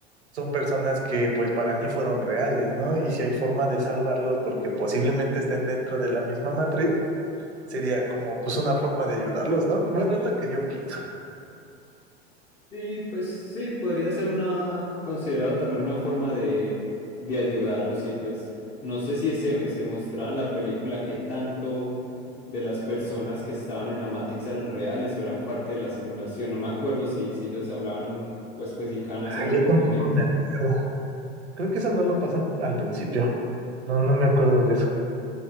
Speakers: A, on the right; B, on the left.
A: son personas que pues para mí fueron reales, ¿no? Y si hay forma de salvarlos porque posiblemente estén dentro de la misma matriz, sería como pues una forma de ayudarlos, ¿no? <laughs> Bueno, es lo que yo pienso.
B: Sí, pues sí, podría ser una, considerado también una forma de, de ayudarlos y pues no sé si se, se mostraba en la película que tanto de las personas que estaban en la Matrix eran reales o eran parte de la simulación, no me acuerdo si, si ellos hablaban o especificaban
A: Ah,
B: eso en
A: yo
B: algún
A: tampoco
B: momento.
A: me acuerdo. Creo que eso no lo pasan al principio. No, no me acuerdo de eso.